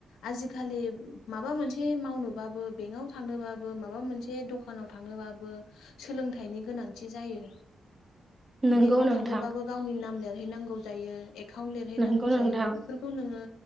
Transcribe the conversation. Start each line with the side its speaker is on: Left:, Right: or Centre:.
Left: आजिखालि माबा मोनसे मावनोबाबो बेंकआव थांनोबाबो माबा मोनसे दखान दखानाव थांनोबाबो सोलोंथाइनि गोनांथि जायो
Right: नंगौ
Left: बेंकआव
Right: नोंथां
Left: थांनोबाबो गावनि नाम लिरहैनांगौ जायो एकाउन्ट लिरहैनांगौ
Right: नंगौ नोंथां
Left: जायो बेफोरखौ नोङो